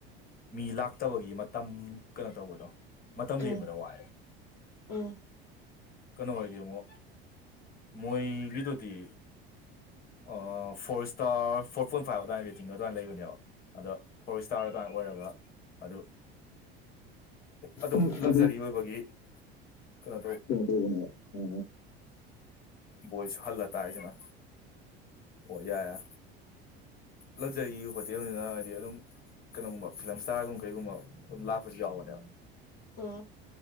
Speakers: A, on the left; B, on the left.
A: ꯃꯤ ꯂꯥꯛꯇꯕꯒꯤ ꯃꯇꯝ ꯀꯩꯅꯣ ꯇꯧꯕꯗꯣ ꯃꯇꯝ
B: ꯎꯝ
A: ꯂꯦꯟꯕꯗ ꯋꯥꯑꯦ
B: ꯎꯝ
A: ꯀꯩꯅꯣ ꯍꯥꯏꯗ ꯑꯃꯣ ꯃꯣꯏꯒꯤꯗꯨꯗꯤ ꯑꯣ ꯐꯁ ꯁ꯭ꯇꯥꯔ ꯐꯣꯔ ꯄꯣꯏꯟ ꯐꯥꯏꯚ ꯑꯗꯨꯃꯥꯏꯅ ꯔꯦꯇꯤꯡꯗꯣ ꯑꯗꯨꯃꯥꯏꯅ ꯂꯩꯕꯅꯦꯕ ꯑꯗ ꯐꯣꯔ ꯏꯁꯇꯥꯔ ꯑꯗꯨꯃꯥꯏꯅ ꯑꯣꯏꯔꯒ ꯑꯗꯨ ꯑꯗꯨꯝ
B: ꯑꯗꯨ ꯀ
A: ꯂꯛꯖꯔꯤ ꯑꯣꯏꯕꯒꯤ ꯀꯩꯅꯣ
B: ꯇꯧꯕꯅ ꯑ
A: ꯕꯣꯏꯁꯨ ꯍꯜꯂ ꯇꯥꯏꯁꯤꯅ ꯑꯣ ꯌꯥꯏꯦ ꯂꯛꯖꯔꯤ ꯍꯣꯇꯦꯜꯅꯤꯅ ꯍꯥꯏꯗꯤ ꯑꯗꯨꯝ ꯀꯩꯅꯣꯒꯨꯝꯕ ꯐꯤꯂꯝ ꯏꯁꯇꯥꯔꯒꯨꯝꯕ ꯀꯩꯒꯨꯝꯕ ꯑꯗꯨꯝ ꯂꯥꯛꯄꯁꯨ ꯌꯥꯎꯕꯅꯦꯕ
B: ꯑꯣ